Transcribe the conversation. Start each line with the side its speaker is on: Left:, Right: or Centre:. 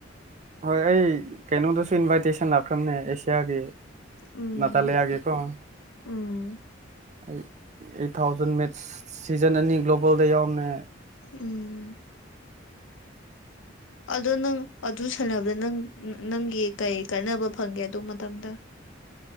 Right: ꯍꯣꯏ ꯑꯩ ꯀꯩꯅꯣꯗꯁꯨ ꯏꯟꯚꯥꯏꯇꯦꯁꯟ ꯂꯥꯛꯈ꯭ꯔꯕꯅꯦ ꯑꯦꯁꯤꯌꯥꯒꯤ
Left: ꯎꯝ
Right: ꯅꯇꯥꯂꯤꯌꯥꯒꯤꯀꯣ
Left: ꯎꯝ
Right: ꯑꯩ ꯑꯩꯠ ꯊꯥꯎꯖꯟ ꯃꯦꯠꯁ ꯁꯤꯖꯟ ꯑꯅꯤ ꯒ꯭ꯂꯣꯕꯜꯗ ꯌꯥꯎꯅ
Left: ꯎꯝ ꯑꯗꯣ ꯅꯪ ꯑꯗꯨ ꯁꯥꯟꯅꯕꯗ ꯅꯪ ꯅꯪꯒꯤ ꯀꯩ ꯀꯥꯟꯅꯕ ꯐꯪꯒꯦ ꯑꯗꯨ ꯃꯇꯝꯗ